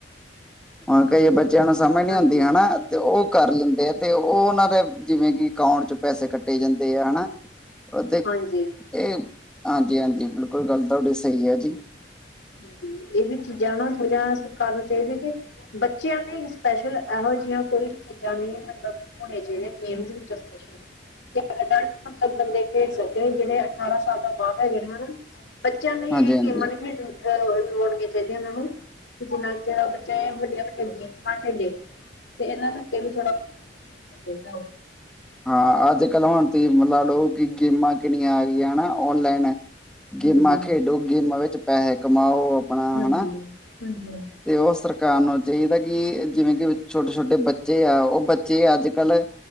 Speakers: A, in the centre; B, on the left (about 85°).
A: ਹੁਣ ਕੲਈ ਬੱਚਿਆਂ ਨੂੰ ਸਮਝ ਨੀ
B: ਹਾਂਜੀ,
A: ਹੁੰਦੀ ਹਨਾ ਤੇ ਉਹ ਕਰ ਲੈਂਦੇ ਆ ਤੇ ਉਹ ਉਹਨਾਂ ਦੇ ਜਿਵੇਂ ਕਿ ਅਕਾਊਂਟ ਚ ਪੈਸੇ ਕੱਟੇ ਜਾਂਦੇ ਆ ਹਨਾ ਉਹ ਤੇ
B: ਹਾਂਜੀ,
A: ਇਹ ਹਾਂਜੀ ਹਾਂਜੀ ਬਿਲਕੁਲ ਗੱਲ ਤੁਹਾਡੀ ਸਹੀ ਐ ਜੀ
B: ਹਾਂ ਇਹ ਵੀ ਚੀਜ਼ਾਂ ਨਾ ਥੋੜੀਆਂ ਸਰਕਾਰ ਨੂੰ ਚਾਹੀਦੀਆਂ ਕਿ ਬੱਚਿਆਂ ਤੇ ਸਪੈਸ਼ਲ ਇਹੋ ਜਿਆਂ ਕੋਈ ਚੀਜ਼ਾਂ ਵੀ ਮਤਲਬ ਹੋਣੀਆਂ ਚਾਹੀਦੀਆਂ ਗੇਮਸ ਵਿੱਚੋੰ ਸਪੈਸ਼ਲ। ਅ <inaudible> ਲਟ ਮਤਲਬ ਬੰਦੇ ਖੇਡ ਸਕਦੇ ਜਿਹੜੇ ਅਠਾਰਾਂ ਸਾਲ ਦਾ ਬਾਹਰ ਹੈਗੇ ਹਨਾ ਬੱਚਿਆਂ ਲਈ
A: ਹਾਂਜੀ-ਹਾਂਜੀ।
B: ਇਹ ਗੇਮਾਂ ਨੀ ਖੇਡਣ ਲਵਾਉਣੀਆਂ ਚਾਹੀਦੀਆਂ ਉਹਨਾਂ ਨੂੰ ਜਿੰਨਾ ਚਿਰ ਬੱਚਾ ਏ ਵੱਡੀਆਂ-ਵੱਡੀਆਂ ਗੇਮਸ ਨਾ ਖੇਡੇ ਤੇ ਇਹਨਾਂ ਦੇ ਉੱਤੇ ਵੀ ਥੋੜਾ <inaudible> ਬਹੁਤ ਹੋਣਾ ਚਾਹੀਦਾ
A: ਹਾਂ ਅੱਜ-ਕੱਲ ਹੁਣ ਤੁਸੀ ਲਾ ਲਓ ਕਿ ਗੇਮਾਂ ਕਿੰਨੀਆਂ ਆ ਗਈਆਂ ਹਨਾ ਔਨਲਾਈਨ ਗੇਮਾਂ
B: ਹਾਂਜੀ,
A: ਖੇਡੋ, ਗੇਮਾਂ ਵਿੱਚ ਪੈਹੇ ਕਮਾਓ ਆਪਣਾ
B: ਹਾਂਜੀ,
A: ਹਨਾ
B: ਹਾਂਜੀ-ਹਾਂਜੀ
A: ਤੇ ਉਹ ਸਰਕਾਰ ਨੂੰ ਚਾਹੀਦਾ ਕਿ ਜਿਵੇਂ ਕਿ ਛੋਟੇ-ਛੋਟੇ ਬੱਚੇ ਆ ਉਹ ਬੱਚੇ ਅੱਜ-ਕੱਲ੍ਹ